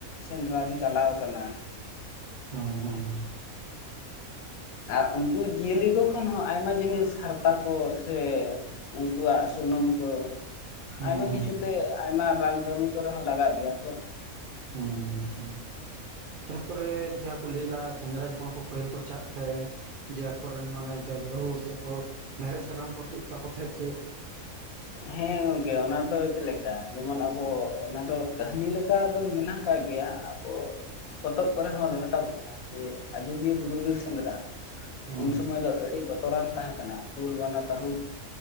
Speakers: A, on the left (about 75°); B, on the right (about 70°).
A: ᱥᱮᱸᱫᱽᱨᱟ ᱵᱤᱱ ᱪᱟᱞᱟᱣ ᱟᱠᱟᱱᱟ᱾
B: ᱦᱩᱸ ᱦᱩᱸ ᱦᱩᱸ,
A: ᱟᱨ ᱩᱱᱠᱩ ᱡᱤᱭᱟᱹᱞᱤ ᱠᱚ ᱠᱷᱚᱱ ᱦᱚᱸ ᱟᱭᱢᱟ ᱡᱤᱱᱤᱥ ᱦᱟᱨᱛᱟ ᱠᱚ, ᱥᱮ ᱩᱱᱠᱩᱣᱟᱜ ᱥᱩᱱᱩᱢ ᱠᱚ,
B: ᱦᱩᱸ
A: ᱟᱭᱢᱟ ᱠᱤᱪᱷᱩ ᱛᱮ ᱟᱭᱢᱟ ᱨᱟᱱ ᱠᱟᱹᱢᱤ ᱠᱚᱨᱮᱦᱚᱸ ᱞᱟᱜᱟᱜ ᱜᱮᱭᱟ, ᱛᱚ
B: ᱦᱩᱸ ᱦᱩᱸ ᱦᱩᱸ, ᱛᱟᱨᱯᱚᱨᱮ ᱡᱟᱦᱟᱸ ᱠᱚ ᱞᱟᱹᱭ ᱞᱮᱜ-ᱟ ᱥᱮᱸᱫᱽᱨᱟ ᱡᱚᱠᱷᱚᱱ ᱠᱚ ᱯᱟᱹᱦᱤᱞ ᱠᱚ ᱪᱟᱜ ᱛᱟᱦᱮᱸ ᱡᱮ ᱟᱠᱚᱨᱮᱱ ᱢᱟᱱᱮ ᱡᱟᱸᱦᱟᱭ ᱵᱟᱹᱦᱩ ᱥᱮᱠᱚ ᱢᱮᱲᱦᱮᱫ ᱥᱟᱠᱟᱢ ᱠᱚ ᱛᱩᱫ ᱛᱟᱠᱚ ᱛᱟᱦᱮᱸᱜ ᱥᱮ
A: ᱦᱮᱸ ᱜᱚᱝᱠᱮ ᱚᱱᱟ ᱫᱚ ᱪᱮᱫ ᱞᱮᱠᱟ ᱡᱮᱢᱚᱱ ᱟᱵᱚ ᱚᱱᱟ ᱫᱚ ᱠᱟᱹᱦᱱᱤ ᱞᱮᱠᱟ ᱫᱚ ᱢᱮᱱᱟᱜ ᱚᱠᱟᱜ ᱜᱮᱭᱟ ᱟᱵᱚ ᱯᱚᱛᱚᱵ ᱠᱚᱨᱮ ᱦᱚᱸ ᱨᱠᱟᱵ ᱟᱠᱟᱱᱟ᱾ᱡᱮ ᱟᱡᱚᱫᱤᱭᱟᱹ ᱵᱩᱨᱩ ᱵᱤᱨ ᱥᱮᱸᱫᱽᱨᱟ,
B: ᱦᱩᱸ
A: ᱩᱱ ᱥᱚᱢᱚᱭ ᱫᱚ ᱟᱹᱰᱤ ᱵᱚ ᱛᱚᱨᱟᱱ ᱛᱟᱦᱮᱸ ᱠᱟᱱᱟ ᱠᱩᱞ, ᱵᱟᱱᱟ, ᱛᱟᱹᱨᱩᱵ,